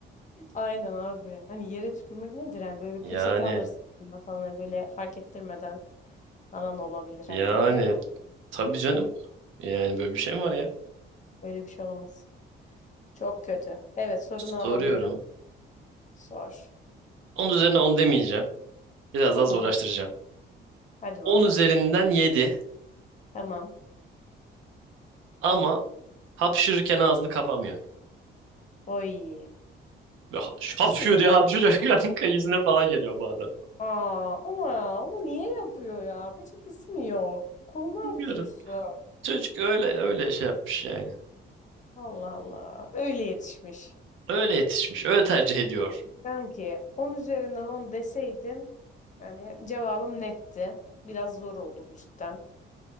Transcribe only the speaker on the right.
Yani
Yani
tabii canım. Yani böyle bir şey mi var ya?
Soruyorum.
10 üzerine 10 demeyeceğim. Biraz
daha zorlaştıracağım.
on
üzerinden yedi
ama hapşırırken ağzını kapamıyor.
Böyle ha- Hapşıyor
diye hapşırıyor <laughs> kanka yüzüne falan geliyor bazen.
Bilmiyorum.
Çocuk öyle öyle şey yapmış yani.
Öyle yetişmiş. Öyle tercih ediyor.